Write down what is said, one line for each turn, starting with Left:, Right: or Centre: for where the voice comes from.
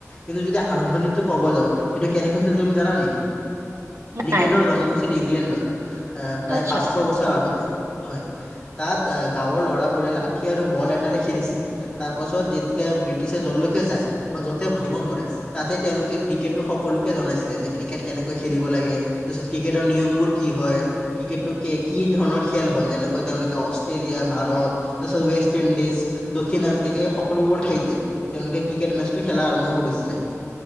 Left: কিন্তু যদি আৰম্ভণিতো কব যাও সেইটো কেনেকৈ হৈছিল তুমি জানা নেকি?
Right: নাই,
Left: ক্ৰিকেটৰ
Right: নাই।
Left: জন্ম হৈছিল ইংলেণ্ডত। এ', প্ৰায়
Right: আচ্ছা,
Left: পাঁচশ বছৰ আগতে হয়। তাত গাঁৱৰ ল'ৰাবোৰে লাঠি আৰু বল এটাতে খেলিছিল। তাৰ পাছত যেতিয়া ব্ৰিটিছৰ যললৈকে যায় বা য'তে ভ্ৰমণ কৰে তাতে তেওঁলোকে ক্ৰিকেটটো সকলো জনাইছিলে যে ক্ৰিকেট কেনেকৈ খেলিব লাগে। তাৰপিছত ক্ৰিকেটৰ নিয়মবোৰ কি হয়। ক্ৰিকেটটো কি ধৰণৰ খেল হয়। যেনেকৈ তেওঁলোকে অছ অষ্ট্ৰেলিয়া ভাৰত তছ ৱেষ্ট ইণ্ডিজ দক্ষিণ আফ্ৰিকা এই সকলোবোৰ ঠাইতে তেওঁলোকে ক্ৰিকেট মেচটো খেলা আৰম্ভ কৰিছিলে